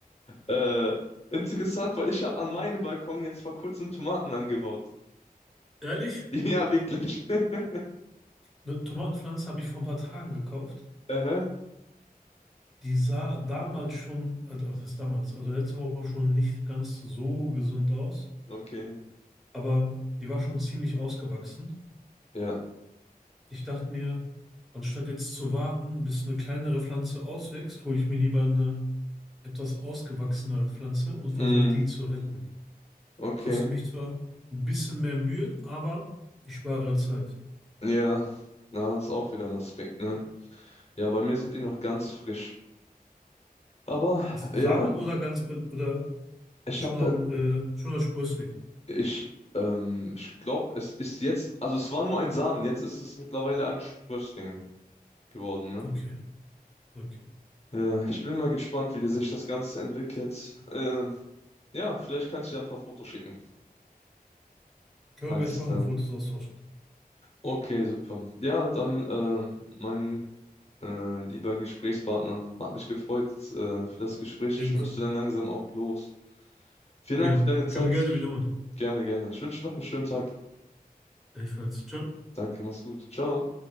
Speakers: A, on the left; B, in the centre.
A: Äh, interessant, weil ich habe an meinem Balkon jetzt vor kurzem Tomaten angebaut. <laughs>
B: Ehrlich,
A: Ja, wirklich. <laughs>
B: eine Tomatenpflanze habe ich vor ein paar Tagen gekauft.
A: Aha.
B: Die sah damals schon, also was ist damals, also letzte Woche auch schon nicht ganz so gesund aus,
A: Okay.
B: aber die war schon ziemlich ausgewachsen.
A: Ja.
B: Ich dachte mir, anstatt jetzt zu warten, bis eine kleinere Pflanze auswächst, hole ich mir lieber eine etwas ausgewachsenere Pflanze und versuche
A: Mm.
B: die zu retten.
A: Okay.
B: Kostet mich zwar ein bisschen mehr Mühen, aber ich spare Zeit.
A: Ja, na, ist auch wieder ein Aspekt, ne? Ja, bei mir sind die noch ganz frisch. Aber
B: Samen
A: ja,
B: oder ganz äh, oder
A: ich
B: schon
A: habe da,
B: am äh, schon als Sprössling?
A: ich, ähm, ich glaube, es ist jetzt, also es war nur ein Samen, jetzt ist es mittlerweile ein Sprössling geworden, ne?
B: Okay, okay.
A: Ja, ich bin mal gespannt, wie sich das Ganze entwickelt. Ähm, ja, vielleicht kannst du ja ein paar Fotos schicken.
B: Können
A: Alles
B: wir gleich machen,
A: klar.
B: Fotos austauschen.
A: Okay, super. Ja, dann, äh, mein äh, lieber Gesprächspartner, hat mich gefreut, äh, für das Gespräch.
B: Ebenso.
A: Ich müsste dann langsam auch los. Vielen
B: Ja,
A: Dank für deine Zeit.
B: können wir gerne wiederholen.
A: Gerne, gerne. Ich wünsche dir noch einen schönen Tag.
B: Gleichfalls. Ciao.
A: Danke, mach's gut. Ciao.